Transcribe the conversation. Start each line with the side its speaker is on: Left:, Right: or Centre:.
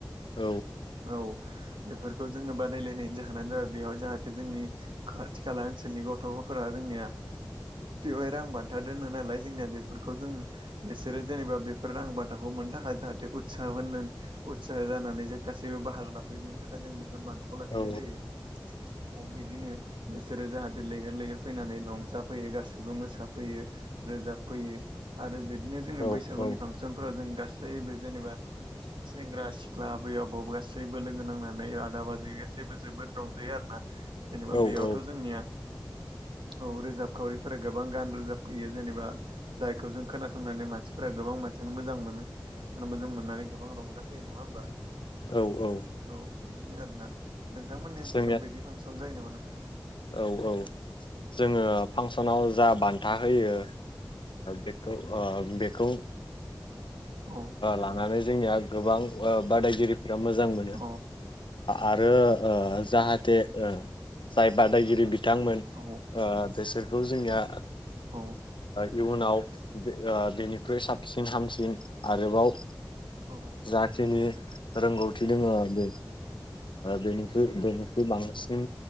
Left: औ
Right: औ बेफोरखौ जोङो बादायलायनायनि जाहोनानो जाबाय बेहाय जाहाथे जोंनि खाथि खाला ओनसोलनि गथ'फोरा जोंनिया बेवहाय रां बान्था दोनो नालाय जोंनाया बेफोरखौ जों बेसे बिसोरो जेनेबा बेफोर रां बाथाखौ मोननो थाखाय जाहाथे उत्सााह होननानै उत्साह जानानै जे गासैबो बाहाग लाफैयो बिनि थाखाय जों बेफोर बथ हआव लाखिनाय
Left: औ
Right: जायो बिदिनो बिसोरो जाहाथे लैहोर लैहोर फैनानै रंजाफैयो गासैबो मोसाफैयो। रोजाबफैयो आरो बिदिनो जोङो
Left: औ
Right: बैसागुनि
Left: औ
Right: फांसनफोराव जों गासैबो जेनेबा सेंग्रा सिख्ला बै आबौ गासैबो लोगो नांनानै आदाब बादै गासैबो जोबोद रंजायो आरो ना। जेनेबा
Left: औ औ
Right: बेयावथ'
Left: औ
Right: जोंनिया औ रोजाबखावरिफोरा गोबां गान रोजाबफैयो जेनेबा जायखौ जों खोनासंनानै मानसिफोरा गोबां मानसियानो मोजां मोनो आरो मोजां मोननानै गोबां रंजा फै नङा होनोमबा?
Left: औ औ।
Right: औ बेदिनो आरोोना नोंथांमोननि ओनसोलखौ
Left: जोंनिया
Right: बिदि फांसन जायो नामा नोंथां?
Left: औ औ जोङो फांसनाव जा बान्था होयो बे बेखौ ओ
Right: औ
Left: थांनानै जोंनिया गोबां बादायगिरिफोरा मोजां मोनो
Right: औ
Left: आरो जाहाथे जाय बादायगिरि बिथांमोन
Right: औ।
Left: बेसोरखौ जोंनिया
Right: औ
Left: इयुनाव बेनिख्रुइ साब सिन हामसिन आरोबाव
Right: औ
Left: जाखिनि रोंगौथि दङो बे बेनिख्रु बेनिख्रुइ बांसिन